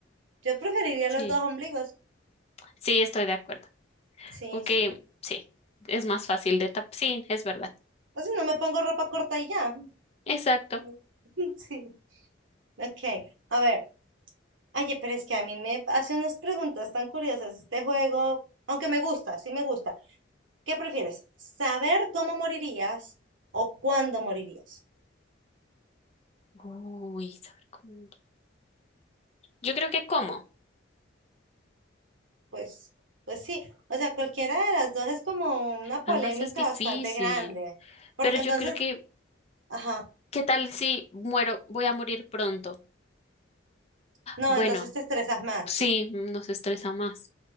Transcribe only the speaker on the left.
Sí,
sí, estoy de acuerdo.
Ok,
sí, es más fácil de tapar. Sí, es verdad.
Exacto.
Uy, saber cómo. Yo creo que cómo.
Ambas es difícil,
pero yo
creo que,
¿qué tal si muero? Voy a morir pronto.
Bueno,
sí, nos estresa más.